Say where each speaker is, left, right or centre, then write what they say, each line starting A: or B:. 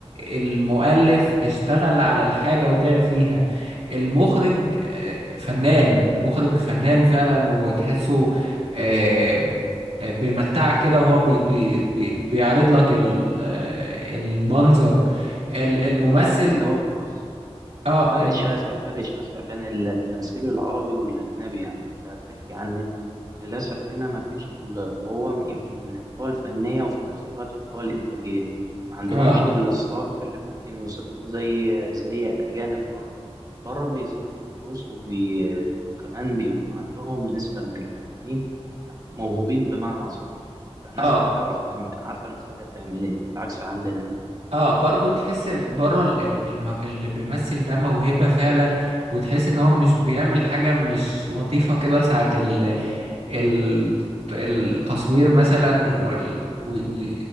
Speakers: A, on the right; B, on the right.
A: المؤلف اشتغل على الحاجة وتعب فيها المخرج آه، فنان المخرج فنان فعلا وتحسه آه، آه، بيمتعك كده وهو بي بي بي بيعرض لك ال- آه، المنظر ال- الممثل
B: أكيد هو بص
A: اه
B: فرق
A: الم...
B: شاسع فرق شاسع بين التمثيل العربي والأجنبي يعني أنت بتحكي عن إيه؟ للأسف هنا مفيش القوة يمكن القوة الفنية وفي نفس الوقت القوة الإنتاجية ما عندهمش
A: اه
B: إلا الصرف اللي ممكن يصرفوه زي زي الأجانب بره بره بيصرفوا فلوس وبي... وكمان بيبقوا عندهم نسبة من الفنانين موهوبين بمعنى صح فالناس
A: اه
B: بتعرف تعمل عارفة نفسها هي بتعمل إيه عكس عندنا هنا
A: اه برضو تحس ال- بره ال- ال- الم- اللي بيمثل ده موهبة فعلا وتحس ان هو مش بيعمل حاجة مش لطيفة كده ساعة ال- التصوير مثلا وال... و... و...